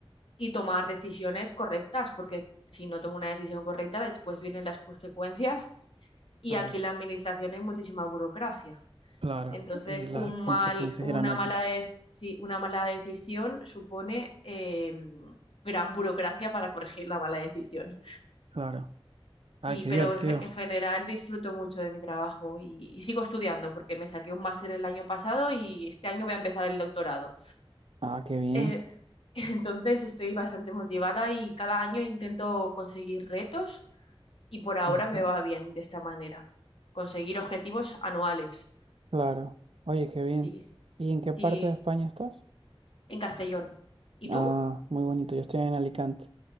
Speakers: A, on the left; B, on the right.
A: y tomar decisiones correctas, porque si no tomo una decisión correcta, después vienen las consecuencias y
B: Claro,
A: aquí en la administración hay muchísima burocracia.
B: claro.
A: Entonces,
B: Y las
A: un
B: consecuencias
A: mal, una
B: irán a
A: mala
B: ti.
A: de- sí, una mala decisión supone eh, gran burocracia para corregir la mala decisión.
B: Claro. Ah,
A: Sí,
B: qué
A: pero
B: divertido.
A: en, ge- en general disfruto mucho de mi trabajo y, y sigo estudiando porque me saqué un máster el año pasado y este año voy a empezar el doctorado.
B: Ah, qué bien.
A: Eh, <laughs> entonces, estoy bastante motivada y cada año intento conseguir retos y por ahora
B: Ujú,
A: me va bien de esta manera, conseguir objetivos anuales.
B: Claro. Oye, qué bien.
A: Sí.
B: ¿Y en qué parte
A: Sí,
B: de España estás?
A: en Castellón. ¿Y
B: Ah,
A: tú?
B: muy bonito. Yo estoy en Alicante.